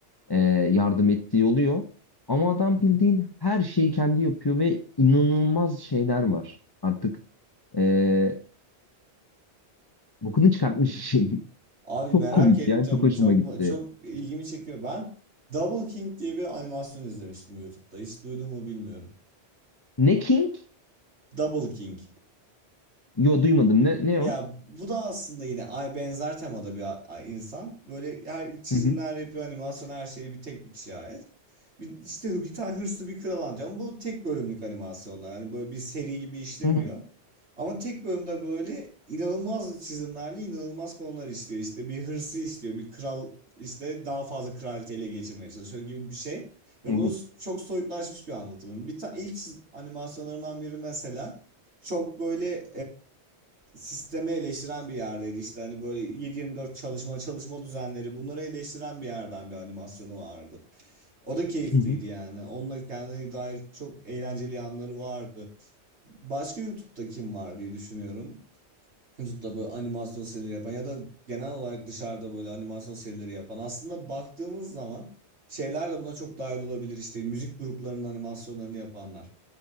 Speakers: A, on the left; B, on the right.
A: e, yardım ettiği oluyor. Ama adam
B: Mhm.
A: bildiğin her şeyi kendi yapıyor ve inanılmaz şeyler var. Artık e, bokunu çıkartmış işin. <laughs>
B: Abi
A: Çok
B: merak
A: komik
B: ettim.
A: ya, çok hoşuma
B: Çok
A: gitti.
B: çok ilgimi çekiyor. Ben Double King diye bir animasyon izlemiştim YouTube'da. Hiç duydun mu bilmiyorum.
A: Ne King?
B: Double King.
A: Yo duymadım. Ne ne
B: Ya
A: o?
B: bu da aslında yine ay benzer temada bir a- a- insan. Böyle her çizimler
A: Hı hı.
B: yapıyor, animasyon her şeyi bir tek bir kişiye ait. Bir, işte hı- bir tane hırslı bir kral anlatıyor ama bu tek bölümlük animasyonlar. Hani böyle bir seri gibi işlemiyor.
A: Hı hı.
B: Ama tek bölümde böyle inanılmaz çizimlerle inanılmaz konular işliyor. İşte bir hırsı işliyor, bir kral işte daha fazla kraliyeti ele geçirmeye çalışıyor gibi bir şey. Ve
A: Hı
B: bunu
A: hı.
B: s- çok soyutlaşmış bir anlatımı. Bir ta ilk çiz- animasyonlarından biri mesela çok böyle sistemi eleştiren bir yerdeydi. İşte hani böyle 7-24 çalışma çalışma düzenleri bunları eleştiren bir yerden bir animasyonu vardı. O da keyifliydi
A: Hı hı.
B: yani. Onunla kendine dair çok eğlenceli yanları vardı. Başka YouTube'da kim var diye düşünüyorum. YouTube'da böyle animasyon serileri yapan ya da genel olarak dışarıda böyle animasyon serileri yapan. Aslında baktığımız zaman şeyler de buna çok dahil olabilir. İşte müzik gruplarının animasyonlarını yapanlar.